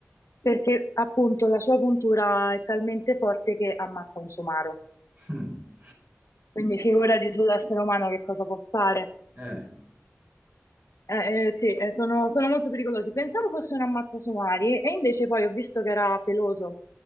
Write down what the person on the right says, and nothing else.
<laughs> Hmm.
Eh,